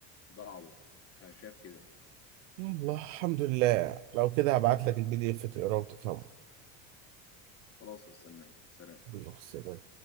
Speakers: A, on the left; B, on the right.
A: ضعبط انا شايف كده
B: يلا الحمد لله لو كده هبعت لك البي دي إف تقراه وتفهمه
A: خلاص استناك سلام
B: الله السلام.